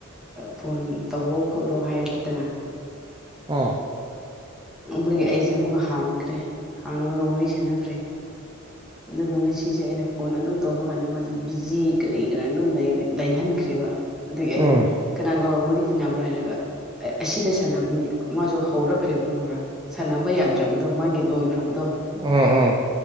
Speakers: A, in the centre; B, on the right.
A: ꯐꯣꯟ ꯇꯧꯔꯣ ꯈꯣꯠꯂꯣ ꯍꯥꯏꯔꯦꯗꯅ
B: ꯎꯝ
A: ꯑꯗꯨꯒꯤ ꯑꯩꯁꯦ ꯑꯃꯨꯛꯀ ꯍꯥꯡꯈ꯭ꯔꯦ ꯍꯥꯡꯂꯒ ꯋꯥꯔꯤ ꯁꯥꯟꯅꯈ꯭ꯔꯦ ꯑꯗꯨꯒ ꯉꯁꯤꯁꯦ ꯑꯩꯅ ꯐꯣꯟ ꯑꯗꯨꯝ ꯇꯧꯕ ꯀꯥꯟꯗ ꯃꯥꯁꯦ ꯕꯤꯖꯤ ꯀꯔꯤ ꯀꯔ ꯑꯗꯨꯝ ꯂꯩꯍꯟꯈ꯭ꯔꯦꯕ ꯑꯗꯒꯤ ꯑꯩꯅ
B: ꯎꯝ
A: ꯀꯅꯥꯒ ꯋꯥꯔꯤ ꯁꯥꯟꯅꯕ꯭ꯔꯥ ꯍꯥꯏꯔꯒ ꯑꯁꯤꯗ ꯁꯥꯟꯅꯕꯅꯤ ꯃꯥꯁꯨ ꯍꯧꯔꯛꯈ꯭ꯔꯦꯕ ꯈꯪꯕ꯭ꯔꯥ ꯁꯥꯟꯅꯕ ꯌꯥꯗ꯭ꯔꯕꯗꯣ ꯃꯥꯒꯤ ꯂꯣꯏꯈ꯭ꯔꯕꯗꯣ
B: ꯎꯝ ꯎꯝ